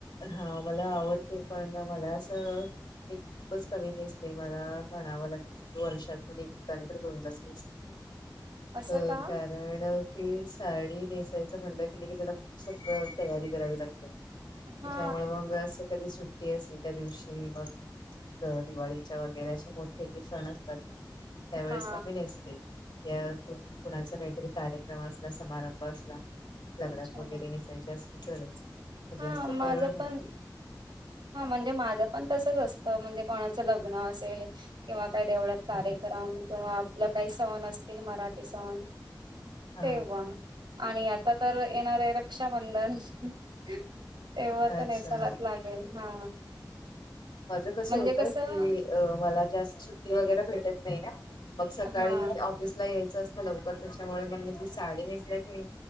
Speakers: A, on the left (about 85°); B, on the right (about 85°).
A: हा मला आवडते पण मला असं. मी खूपच कमी नेसते मला म्हणावं लागेल. वर्षातून एकदा तर दोनदा दिसत
B: असं
A: अ
B: का
A: काय. हलकी साडी नेसायचं म्हणलं कि नाही की त्याला सगळं तयारी करावी लागते.
B: हा
A: तिच्यामुळे मग असं कधी सुट्टी असेल त्या दिवशी मग. तर दिवाळीच्या वगैरे असे मोठे जे सण असतात ना त्यावेेळेस
B: हा
A: कमी नेसते. या कुणाचा काहीतरी कार्यक्रम असला समारंभ असला. लगडात
B: अच्छा
A: वगैरे नेसायचे असतील तरच. जास्त
B: हा
A: करून
B: माझं पण. हा म्हणजे माझं पण तसंच असतं म्हणजे कोणाचं लग्न असेल. किंवा काय देवळात कार्यक्रम किंवा आपलं काही सण असतील मराठी सण.
A: हा
B: तेव्हा आणि आता तर येणार आहे रक्षाबंधन. तेव्हा
A: हा
B: तर
A: अच्छा
B: नेसालात लागेल हा.
A: माझं कस
B: म्हणजे
A: होत
B: कसं
A: की मला जास्त सुट्टी वगैरे भेटत नाही ना. मग सकाळी
B: हा
A: ऑफिसला यायचं असतं लवकर त्याच्यामुळे मग मी साडी नसल्या की नाही.